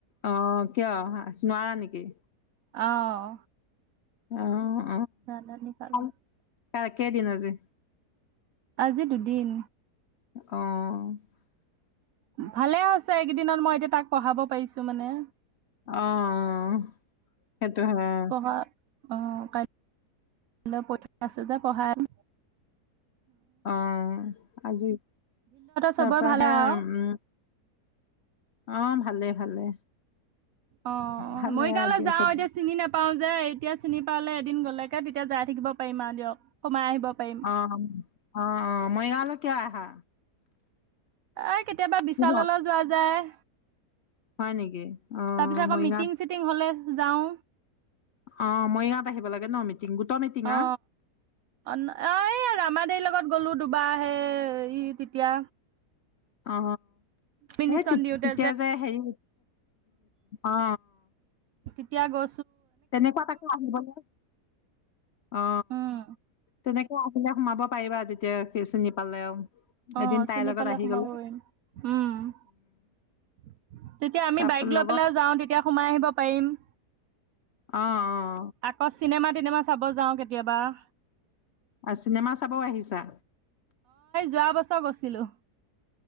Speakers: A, on the left (about 70°); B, on the right (about 65°).
A: অহ কিয় নোৱাৰা নেকি?
B: অহ,
A: অ',
B: ৰান্ধনী পালোঁ।
A: অ কেইদিন আজি?
B: আজি দুদিন।
A: অহ,
B: ভালে হৈছে এইকেইদিনত মই এতিয়া তাক পঢ়াব পাৰিছো মানে।
A: অহ সেইটো হয়।
B: পঢ়া অ কাইলে পৰীক্ষা আছে যে পঢ়াই আছোঁ।
A: অহ আজি তাৰ
B: চবৰে
A: পৰা
B: ভালে
A: হে
B: আৰু
A: উম, অ ভালে ভালে।
B: অ
A: ভালে
B: মই কাললৈ
A: আৰু দিয়াচোন
B: যাও এতিয়া চিনি নেপাও যে এতিয়া চিনি পালে দিন গলেকে তেতিয়া যাই থাকিব পাৰিম আৰু দিয়ক সোমাই আহিব। পাৰিম
A: আহ আহ মৰিগাঁও লে কিয় আহা?
B: এ কেতিয়াবা বিশাললৈ
A: কিহত
B: যোৱা যায়।
A: হয় নেকি। অ
B: তাৰ পিছত আকৌ
A: মৰিগাঁৱত
B: মিটিং চিটিং হলে যাওঁ।
A: অ মৰিগাঁৱত আহিব লাগে ন মিটিং গোটৰ মিটিং
B: অ
A: আ
B: অ অ এই আৰু আমাৰ দেৰ লগত গলো দুবাৰ আহে ই তেতিয়া
A: অ।
B: মিনিচন
A: এই
B: দিওঁতে
A: তেতিয়া যে হেৰি অ অ।
B: তেতিয়া গৈ
A: তেনেকুৱা তাকে আহিবলৈ অ
B: উম
A: তেনেকে আহিলে সোমাব পাৰিবা তেতিয়া চিনি পালে আৰু
B: অ'
A: এদিন তাইৰ
B: চিনি
A: লগত
B: পালে
A: আহি
B: সোমাব
A: গলো
B: পাৰিম উম। তেতিয়া আমি
A: তাৰ
B: বাইক
A: লগত
B: লৈ পেলাইও যাওঁ তেতিয়া সোমাই আহিব পাৰিম।
A: অ-অ,
B: আকৌ চিনেমা তিনেমা চাব যাওঁ কেতিয়াবা। অ
A: অ চিনেমা চাবও আহিছা
B: যোৱা বছৰ গৈছিলো।